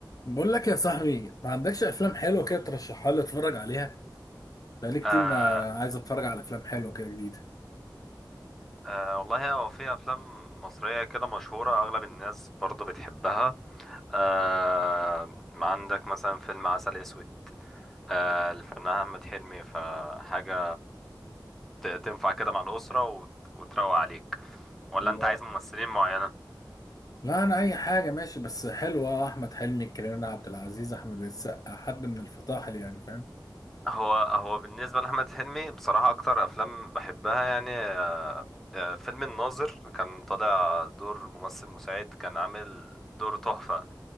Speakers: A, on the left; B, in the centre.
A: بقول لك يا صاحبي ما عندكش افلام حلوه كده ترشحها لي اتفرج عليها بقالي كتير
B: آه
A: ما عايز اتفرج على افلام حلوه كده جديده
B: آه والله هو في افلام مصريه كده مشهوره اغلب الناس برضو بتحبها آه عندك مثلا فيلم عسل اسود آه الفنان احمد حلمي فحاجه ت- تنفع كده مع الاسره وت- وتروق عليك ولا
A: الله
B: انت عايز ممثلين معينه
A: لا انا اي حاجه ماشي بس حلوه احمد حلمي كريم عبد العزيز احمد السقا حد من الفطاحل يعني فاهم
B: هو هو بالنسبة لأحمد حلمي بصراحة أكتر أفلام بحبها يعني آه، آه، فيلم الناظر كان طالع دور ممثل مساعد كان عامل دور تحفة